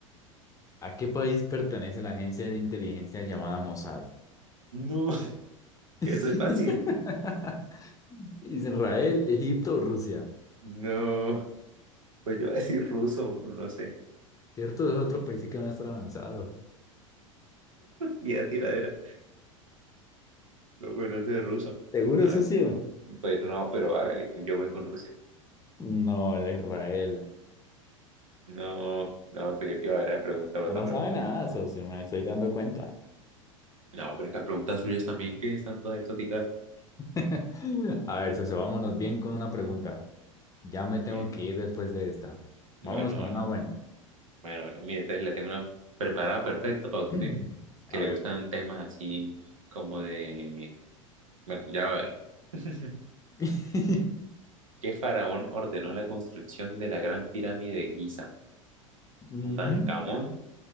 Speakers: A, on the left; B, on the right.
A: ¿A qué país pertenece la agencia de inteligencia llamada Mossad?
B: No, <laughs>
A: <laughs>
B: eso es fácil.
A: Israel, Egipto o Rusia.
B: No, pues yo voy a decir ruso, no sé.
A: Cierto, esos otros países que van a estar avanzados.
B: Y a tiradera. No, bueno, eso es ruso.
A: <laughs> ¿Seguro,
B: A ver,
A: socio?
B: pues no, pero hágale, yo voy con Rusia.
A: No, era Israel.
B: No, no, pues yo quiero ver la pregunta otra
A: No, no
B: vez.
A: sabe nada, socio, me estoy dando cuenta.
B: No, pero es que las preguntas suyas también, que están todas exóticas.
A: <laughs> A ver, socio, vámonos bien con una pregunta. Ya me tengo
B: Me
A: que ir después de esta.
B: Bueno,
A: Vámonos con
B: ah,
A: una buena.
B: bueno, mire, entonces le tengo una preparada perfecta para usted,
A: <clears throat>
B: que
A: A
B: le
A: ver.
B: gustan temas así como de... Bueno, ya va a ver. <laughs>
A: <laughs>
B: ¿Qué faraón ordenó la construcción de la Gran Pirámide de Giza?
A: Ujú.
B: ¿Tutankamón,